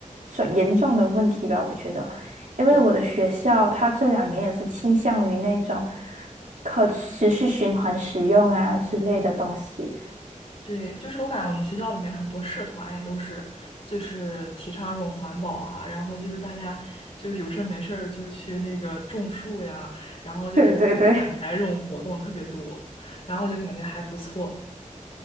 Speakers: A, on the right; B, on the left.
A: 很严重的问题吧，我觉得。因为我的学校，
B: 对。
A: 它这两年也是倾向于那种可持续循环使用啊之类的东西。
B: 嗯对，就是我感觉我们学校里面很多社团也都是，就是提倡这种环保啊，然后就是大家就是有事儿没事儿就去那个种树呀，然后就是去捡排这种活动特别多，
A: 对对对，
B: 然后就感觉还不错。